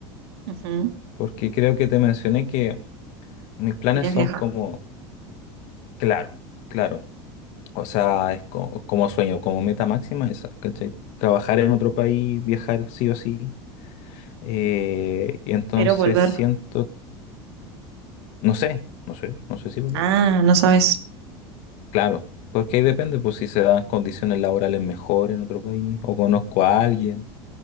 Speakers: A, on the right (about 80°); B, on the left (about 60°).
A: Ujú.
B: porque creo que te mencioné que mis planes
A: Querías
B: son
A: viajar,
B: como, claro, claro, o sea, es co- como, sueño, como meta máxima esa, ¿cachai? Trabajar en otro país, viajar sí o sí, eh, y entonces
A: pero volver.
B: siento, no sé, no sé, no sé si volver.
A: Ah, no sabes.
B: Claro, porque ahí depende, pues si se dan condiciones laborales mejor en otro país o conozco a alguien.